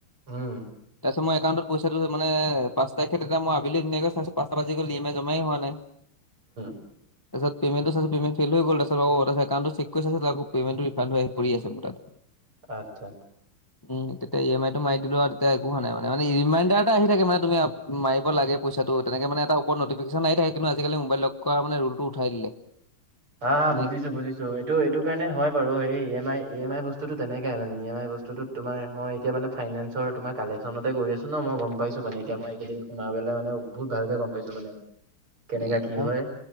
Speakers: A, on the right; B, on the left.
A: উম।
B: চ' মই একাউণ্টট। পইচাটো মানে, পাঁচ তাৰিখে তেতিয়া মই আবিলি ধুনাকৈ চাইছোঁ, পাঁচটা বাজি গ'ল ই এম আই জমাই হোৱা নাই।
A: <inaudible>
B: তাৰপিছত পেমেণ্টটো চাইছো পেমেণ্ট ফেইল হৈ গ'ল, তাৰপিছত অ', তাৰপিছত একাউণ্টটো চেক কৰি চাইছো, আকৌ পেমেন্টটো ৰিফান্ড হৈ আহি পৰি আছে মোৰ তাত।
A: আচ্ছা।
B: উম, তেতিয়া ই এম আই টো মাৰিদিলো আৰু, তেতিয়া একো হোৱা নাই মানে, ই ৰিমাইণ্ডাৰ এটা আহি থাকে, মানে তুমি মাৰিব লাগে পইচাটো, তেনেকে মানে এটা ওপৰত নটিফিকেশন আহি থাকে কিন্তু, আজিকালি মবাইল লক কৰা মানে ৰুলটো উঠাই দিলে।
A: হা, হা,
B: মানে
A: বুজিছো, বুজিছো। চ' এইটো, এইটো কাৰণে হয় বাৰু, এই E M I E M I বস্তুটো তেনেকাই মানে ই এম আই বস্তুটো। তোমাৰ মই এতিয়া মানে ফাইনেন্সৰ তোমাৰ কালেকচনতে কৰি আছো ন, মই গম পাইছো মানে এতিয়া মই এইকেইদিন। সোমাই পেলাই মানে বহুত ভালকে গম পাইছো মানে, কেনেকা
B: এ,
A: কি
B: মোৰ
A: হয়,